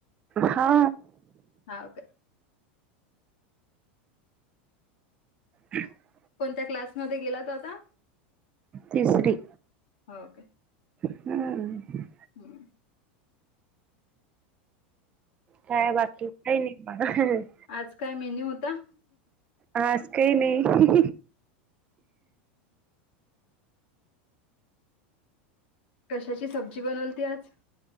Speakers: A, on the right; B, on the left.
A: हा
B: हाव काय.
A: हम्म <inaudible>
B: कोणत्या क्लासमध्ये गेला तो आता?
A: तिसरी
B: हो काय
A: हम्म.
B: हम्म.
A: काय बाकी काही नाही. बा
B: आज काय मेन्यू होता?
A: आज काही नाही.
B: कशाची सब्जी बनोलती आज.